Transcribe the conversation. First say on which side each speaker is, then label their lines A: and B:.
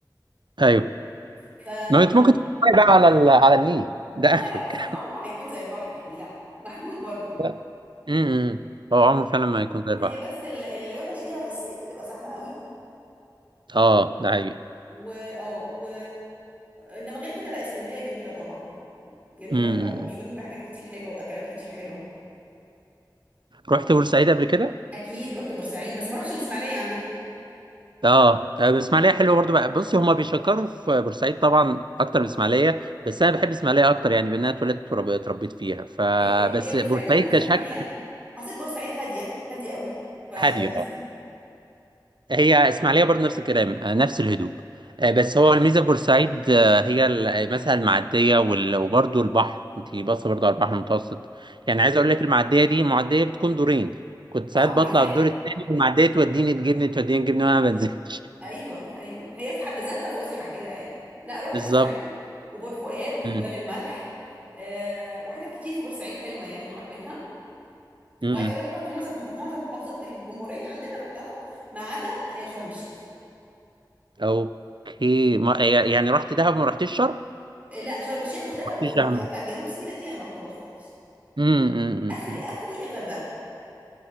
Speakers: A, on the right; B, on the right.
A: ايوه
B: ف
A: ما انت ممكن تتفرج بقى على ال... على النيل ده
B: لا
A: اخرك
B: لا بس عمره ما هيكون زي البحر يعني لا محدود برضو
A: <laughs> امم هو عمره فعلا ما يكون زي البحر
B: هي بس ال- الوحش فيها في الصيف تبقى زحمة قوي
A: اه ده حقيقي
B: و اه و انما غير كده لا اسكندرية جميلة طبعا جميلة
A: امم
B: طبعا
A: امم.
B: مشهورين بحاجات كتير حلوة واكلات كتير حلوة
A: رحت بورسعيد قبل كده
B: اكيد رحت بورسعيد بس ما رحتش الاسماعيلية عندكم
A: اه آه، الاسماعيليه حلوه برضو بقى بصي هما بيشكروا في بورسعيد طبعا اكتر من اسماعيليه بس انا بحب اسماعيليه اكتر يعني بان انا اتولدت وتربيت فيها فبس
B: هي هي بورسعيد
A: بورسعيد
B: انا حسيت
A: كشكل
B: ان هي حسيت بورسعيد هادية هادية قوي فلذيذة
A: هاديه هي اسماعيليه برضه نفس الكلام آه، نفس الهدوء آه، بس
B: اه
A: هو الميزه في بورسعيد آه، هي ال- آه، مثلا المعديه وال- وبرضه البحر انت باصه برضه على البحر المتوسط يعني عايز اقول لك المعديه دي معديه بتكون دورين كنت ساعات
B: اه ما
A: بطلع
B: انا عارفاها
A: الدور الثاني والمعديه توديني تجيبني توديني تجيبني وانا ما بنزلش <laughs>
B: ايوه ايوه هي في حد ذاتها فسحه كده يعني لا رحت
A: بالظبط
B: بورسعيد وبور فؤاد وجبال
A: مم.
B: الملح أه وحتت كتير في بورسعيد حلوه يعني حبيتها
A: مم.
B: وعايز اقول لك رحت معظم معظم محافظات الجمهوريه عندنا رحتها ما عدا آه، شرم الشيخ
A: اوكي ما آه، يعني رحت دهب ما رحتيش شرم
B: آه، لا شرم الشيخ ودهب
A: ما رحتيش
B: والمنطقه
A: دهب مم.
B: بتاعت جنوب سيناء دي انا ما رحتهاش خالص
A: مم. مم.
B: اخري
A: مم.
B: اخري الغردقه